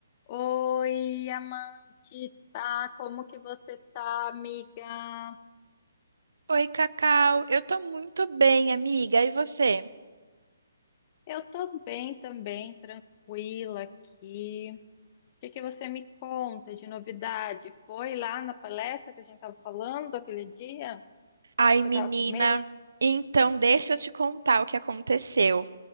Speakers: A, on the left; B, on the right.
A: Oi, Amandita, como que você tá, amiga?
B: Oi, Cacau. Eu tô muito bem, amiga. E você?
A: Eu tô bem também, tranquila aqui. O que que você me conta de novidade? Foi lá na palestra que a gente tava falando aquele dia
B: Ai,
A: que você
B: menina.
A: tava com medo?
B: Então, deixa eu te contar o que aconteceu.